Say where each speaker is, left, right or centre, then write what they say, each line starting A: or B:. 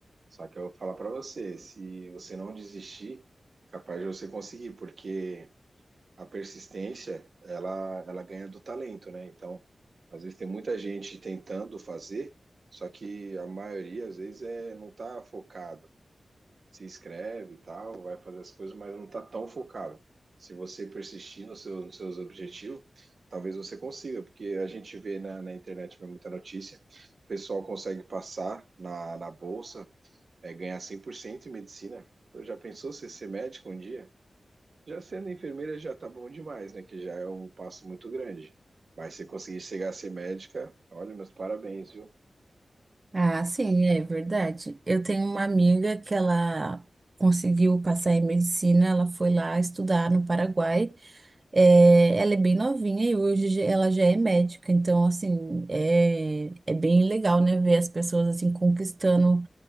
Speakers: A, on the right; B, on the right.
A: Só que eu vou falar para você, se você não desistir, capaz de você conseguir, porque a persistência, ela, ela ganha do talento, né? Então, às vezes tem muita gente tentando fazer, só que a maioria, às vezes, é, não tá focado. Se inscreve e tal, vai fazer as coisas, mas não tá tão focado. Se você persistir no seu, nos seus objetivos, talvez você consiga, porque a gente vê na, na internet muita notícia, o pessoal consegue passar na, na bolsa, é, ganhar 100% em medicina. Então, já pensou você ser médico um dia? Já sendo enfermeira já tá bom demais, né? Que já é um passo muito grande. Mas se conseguir chegar a ser médica, olha, meus parabéns, viu?
B: Ah, sim, é verdade. Eu tenho uma amiga que ela conseguiu passar em medicina, ela foi lá estudar no Paraguai. É, ela é bem novinha e hoje já- ela já é médica, então, assim, é, é bem legal, né, ver as pessoas, assim, conquistando